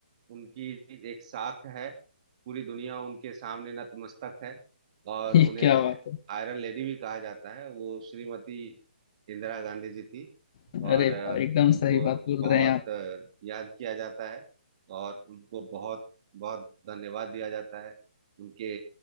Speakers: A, on the right (about 40°); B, on the left (about 40°).
A: उनकी एक साख है पूरी दुनिया उनके सामने नतमस्तक है और
B: <laughs> ये
A: उन्हें
B: क्या बात
A: आयरन लेडी भी कहा जाता है वो श्रीमती इंदिरा गांधी जी थी
B: है
A: और
B: अरे
A: अ,
B: वाह एकदम
A: उनको
B: सही बात बोल
A: बहुत
B: रहे हैं आप
A: अ, याद किया जाता है और उनको बहुत बहुत धन्यवाद दिया जाता है उनके